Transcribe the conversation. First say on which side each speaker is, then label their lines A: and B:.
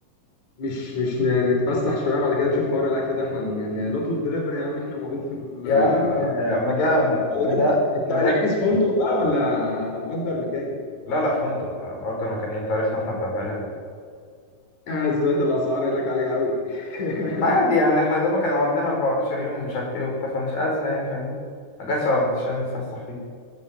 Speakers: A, on the left; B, on the left.
A: مش مش ن- نتفسح شويه بعد كده نشوف حوار الاكل ده احنا ن- ن- نطلب دليفري يا عم احنا موجود في ال-
B: يا
A: <laughs>
B: عم آه، ما ده ما
A: ولا
B: ده
A: انت انت
B: ما
A: هنحجز
B: ده
A: فندق بقى ولا هنأجر مكان
B: لا لا فندق اجر مكان ايه انت عارفنا احنا بتاع فنادق
A: آه، زيادة الاسعار هناك عاليه قوي <laughs>
B: ما عادي يعني احنا يا دوبك هنقعد لنا 14 يوم ومش عارف ايه وبتاع فمش ازمه يعني فاهمني ما جاتش على 14 يوم نتفسح فيه